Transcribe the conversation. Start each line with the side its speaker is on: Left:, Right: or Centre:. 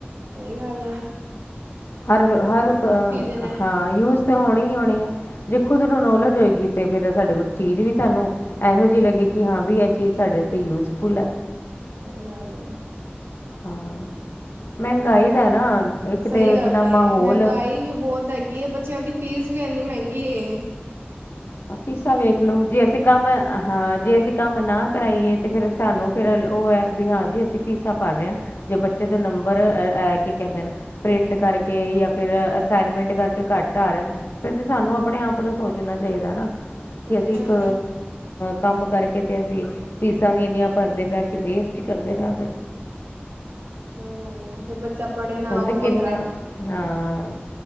Right: ਸਹੀ ਗੱਲ ਐ।
Left: ਹਰ ਹਰ
Right: ਨੇ
Left: ਹਾਂ ਯੂਜ ਹੋਣੀ ਹੀ ਹੋਣੀ ਹੈ, ਜੇ ਖੁਦ ਨੂੰ ਨੋਲੇਜ ਹੋਏਗੀ ਤੇ ਫੇਰ ਸਾਡੇ, ਚੀਜ਼ ਵੀ ਸਾਨੂੰ ਇਹੋ ਜਿਹੀ ਲੱਗੀ ਕਿ ਹਾਂ ਵੀ ਇਹ ਚੀਜ਼ ਸਾਡੇ ਯੂਜਫੁਲ ਹੈ।
Right: ਸਹੀ ਗੱਲ ਹੈ।
Left: ਹਾਂ। ਮਹਿੰਗਾਈ ਦਾ ਨਾ ਇੱਕ ਤੇ
Right: ਸਹੀ ਗੱਲ
Left: ਕਿ ਨਾਮ ਮਾਹੌਲ
Right: ਮਹਿੰਗਾਈ
Left: ਅਹ
Right: ਵੀ ਬਹੁਤ ਹੈਗੀ ਹੈ ਬੱਚਿਆਂ ਦੀ ਫੀਸ ਵੀ ਇੰਨੀ ਮੈਂਗੀ ਹੈ।
Left: ਫੀਸਾ ਵੇਖਲੋ ਜੇ ਅਸੀਂ ਕੰਮ ਹਾਂ ਜੇ ਅਸੀਂ ਕੰਮ ਨਾ ਕਰਾਈਏ, ਤੇ ਫਿਰ ਸਾਨੂੰ ਫਿਰ ਉਹ ਹੈ ਵੀ ਹਾਂਜੀ ਅਸੀਂ ਫੀਸਾਂ ਭਰ ਰਹੇ ਹਾਂ। ਜੇ ਬੱਚੇ ਦੇ ਨੰਬਰ ਐ ਕੇ ਕੈਂਦੇ ਨੇ, ਪ੍ਰਿੰਟ ਕਰਕੇ ਜਾਂ ਫਿਰ ਅਸਾਈਨਮੈਂਟ ਕਰਕੇ ਘੱਟ ਆ ਰਹੇ। ਫਿਰ ਤੇ ਸਾਨੂੰ ਆਪਣੇ ਆਪ ਨੂੰ ਸੋਚਣਾ ਚਾਈਦਾ ਨਾ
Right: ਸਹੀ
Left: ਕਿ ਅਸੀਂ
Right: ਗੱਲ
Left: ਇੱਕ
Right: ਹੈ
Left: ਕੰਮ ਕਰਕੇ ਤੇ ਅਸੀਂ ਫੀਸਾਂ ਵੀ ਇੰਨੀਆਂ ਭਰਦੇ ਪਏ ਕਿ ਵੇਸਟ ਕਰਦੇ ਪਿਆ ਫਿਰ।
Right: ਸਹੀ ਗੱਲ ਹੈ ਫਿਰ ਪੜ੍ਹੇ ਨਾ
Left: ਹੁਣ
Right: ਉਹ
Left: ਤੇ ਕਿੰਨੇ
Right: ਵੱਖਰਾ
Left: ਹਾਂ